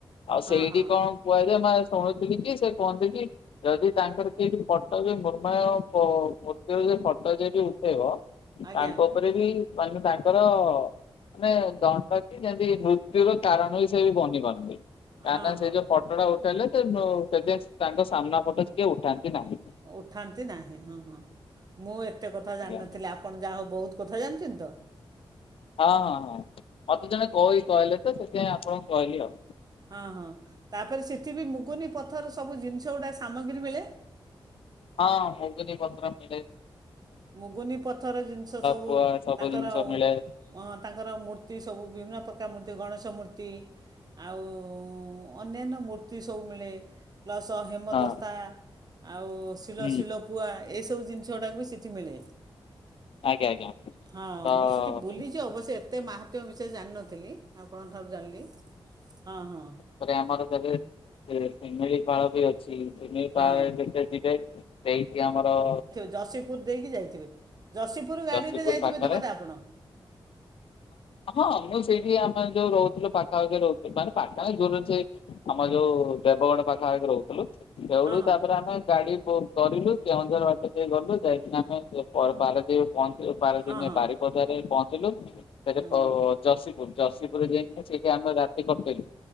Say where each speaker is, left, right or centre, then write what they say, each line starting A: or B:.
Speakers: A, on the left; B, on the right.
A: ଆଉ ସେଇଠି
B: ହଁ ହଁ
A: କଣ? କୁହାଯାଏ ମା ଶୁଣୁଥିଲି କି ସେ କୁହନ୍ତି କି ଯଦି ତାଙ୍କର କିଏ କିଛି ଫଟୋ ବି ମୁର୍ମୟ ପ ମୂର୍ତ୍ତି ର ଯ ଫଟୋ ଯଦି ଉଠେଇବ
B: ଆଜ୍ଞା
A: ତାଙ୍କ ଉପରେ ବି ମାନେ ତାଙ୍କର ମାନେ ଦଣ୍ଡ କି ଯେମିତି ମୃତ୍ୟୁର ତାରଣ ବି ସେ ବି ବନି କରନ୍ତି। ତାଣ୍ଡା
B: ହଁ ହଁ
A: ସେ ଯୋଉ ପ ଟୋ ଟା ଉଠାଇଲେ ତେ ବ <unintelligible> ତାଙ୍କ ସାମ୍ନା ପଟ କିଏ ଉଠାନ୍ତି ନାହିଁ।
B: ଉଠାନ୍ତି ନାହିଁ ହଁ ହଁ। ମୁଁ ଏତେ କଥା
A: ଆଜ୍ଞା
B: ଜାଣିନଥିଲି ଆପଣ ଯାହା ହଉ ବହୁତ କଥା ଜାଣିଛନ୍ତି ତ।
A: ହଁ ହଁ ହଁ। ମତେ ଜଣେ କଇ କହିଲେ ତ ସେଥିପାଇଁ ଆପଣଙ୍କୁ କହିଲି ଆଉ।
B: ହଁ ହଁ। ତାପରେ ସେଠି ବି ମୁଗୁନି ପଥର ସବୁ ଜିନିଷ ଗୁଡା ସାମଗ୍ରୀ ମିଳେ।
A: ହଁ ମୁଗୁନି ପଥର ମିିଳେ।
B: ମୁଗୁନି ପଥର ଜିନିଷ ସବୁ
A: ପୁଆ ସବୁ
B: ତାଙ୍କର
A: ଜିନିଷ
B: ୱା ହଁ
A: ମିଳେ
B: ତାଙ୍କର ମୂର୍ତ୍ତି ସବୁ ବିଭିନ୍ନ ପ୍ରକାର ମୂର୍ତ୍ତି, ଗଣେଶ ମୂର୍ତ୍ତି ଆଉ ଅନ୍ୟାନ୍ୟ ମୂର୍ତ୍ତି ସବୁ ମିଳେ ପ୍ଲସ୍ ହେମଦସ୍ତା
A: ହଁ
B: ଆଉ ଶିଳଶିଳ।
A: ହୁଁ
B: ପୂଆ, ଏସବୁ ଜିନିଷ ଗୁଡାକ ବି ସେଠି ମିଳେ।
A: ଆଜ୍ଞା ଆଜ୍ଞା
B: ହଁ
A: ତ ଆଜ୍ଞା।
B: ମୁଁ ସେଠି ବୁଲି ଛି ଅବଶ୍ୟ ଏତେ ମାହାତ୍ମ୍ୟ ବିଷୟ ଜାଣିନଥିଲି। ଆପଣଙ୍କ ଠାରୁ ଜାଣିଲି। ହଁ ହଁ।
A: ତାପରେ ଆମର ସେଠି ସେ ଶିମିଳିପାଳ ବି ଅ ଛି। ଶିମିଳିପାଳ
B: ହଁ
A: ଯେବେ ଯିବେ ସେଇଠି ଆମର
B: ଯସିପୁର ଦେଇକି ଯାଇଥିବେ। ଯସିପୁର ଗାଡ଼ିରେ
A: ଯଶୀପୁର
B: ଯାଇଥିବେ
A: ପାଖରେ
B: ତ ବୋଧେ ଆପଣ?
A: ହଁ ହଁ ମୁଁ ସେଇଠି ଆମର ଯୋଉ ରହୁଥିଲୁ ପାଖା ପାଖି ରହୁଥିଲି ମାନେ ପାଖା ଦୂର ଅଛି। ଆମର ଯୋଉ ଦେବଗଡ ପାଖାପାଖି ରହୁଥିଲୁ। ସେଇଠୁ
B: ହଁ ହଁ
A: ତାପରେ ଆମେ ଗାଡି ବୁକ କରିଲୁ କେଉଁଝର ବାଟ ଦେଇ ଗଲୁ। ଯାଇକିନା <unintelligible> ପର ପାରାଦ୍ୱୀପ ପହଞ୍ଚିଲୁ ପାରଦୀପ
B: ହଁ
A: ନେ
B: ହଁ
A: ବାରି ପଦାରେ ପହଞ୍ଚିଲୁ ସେଠି
B: ହୁଁ
A: ଅ ଯଶୀପୁର, ଯଶିପୁରରେ ଯାଇକି ସେଇଠି ଆମେ ରା ତି କଟେଇଲୁ।